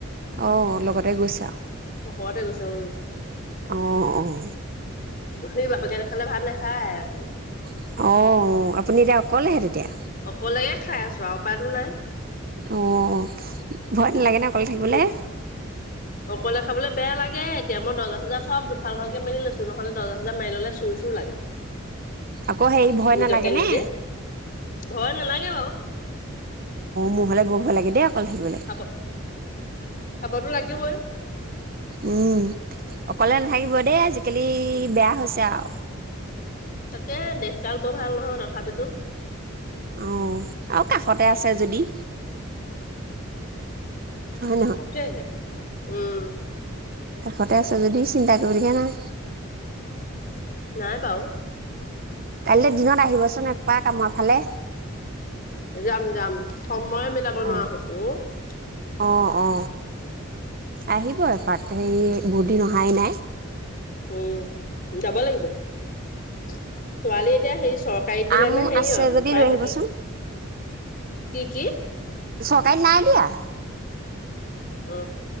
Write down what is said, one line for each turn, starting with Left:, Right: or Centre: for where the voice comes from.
Right: অ' লগতে গৈছে আও।
Left: পকৰতে গৈছে উম।
Right: অঁ, অ', অঁ
Left: সি বাপেকে নাখালে
Right: -
Left: ভাত নাখায় ৰাতি
Right: অঁ আপুনি এতিয়া অক কলেহে তেতিয়া।
Left: অকলেই খাই আছো আৰু উপাই টো নাই।
Right: অঁ, ভয় নালাগে নে অকলে থাকিবলে
Left: গোদ অকলে খাবলে বেয়া লাগে এতিয়া মই দৰ্জা চৰ্জা চব দুফাল দুফালকে মেলি লৈছো নহলে দৰ্জা চৰ্জা মাৰি ল'লে চুৰ চুৰ লাগে
Right: আকৌ হেৰি ভয়
Left: নিজকে
Right: নালাগে নে
Left: নিজে
Right: অ
Left: ভয় নালাগে বাৰু
Right: মোৰ হলে বহুত ভয় লাগে দে অকল থাকিবলৈ
Left: খাব খাবতো লাগিবই
Right: উম অকলে নাথাকিব দেই আজিকালি বেয়া হৈছে আৰু
Left: তাকে দেখকাল বৰ ভাল নহয় তথাপিতো
Right: অহ আৰু কাষতে আছে যদি হয় নহয়
Left: তাকেহে উম
Right: কাষতে আছে যদি চিন্তা কৰিব লগা নাই
Left: নাই বাওঁ
Right: কাইলৈ দিনত আহিবচোন এপাক আমাক ভালে
Left: যাম যাম সময়ে মিলাব
Right: অ
Left: নোৱাৰা হৈছো
Right: অ অ আহিব এপাক হেৰি বহুত দিন অহাই নাই
Left: উম, যাব লাগিব ছোৱালী এতিয়া হেৰি চৰকাৰী দিলে
Right: আম
Left: নে সেৰিয়ত
Right: আছে যদি
Left: প্ৰাইভেটত
Right: লৈ আহিবচোন
Left: কি কি
Right: চৰকাৰীত নাই দিয়া
Left: অ,